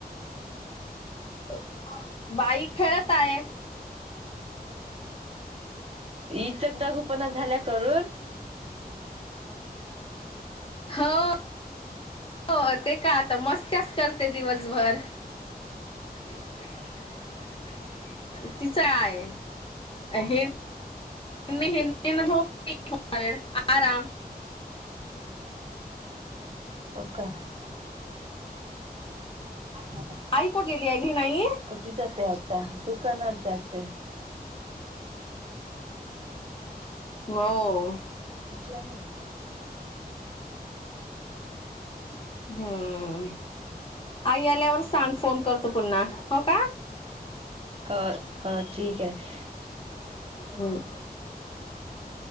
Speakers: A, on the left; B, on the right.
A: <inaudible> बाई खेळताय.
B: इचकदागूपणा झाल्या करून
A: होओ, हो ते का आता मस्त्यास करते दिवसभर- <inaudible> <inaudible> तिचंआय. हे मी हीन अनं झोप <inaudible> आराम
B: <inaudible> आई कुठे गेलीय?
A: आई
B: इतं
A: कुठे गेली
B: नाई?
A: आहे की नाही
B: <inaudible> कुटे जाते आता, दुकानात जाते.
A: होओ
B: इटल्या नाई ना?
A: हम्म, आई आल्यावर सांग फोन करतो पुन्हा. हो का?
B: हो हो ठीक आहे ह्हअ
A: हम्म.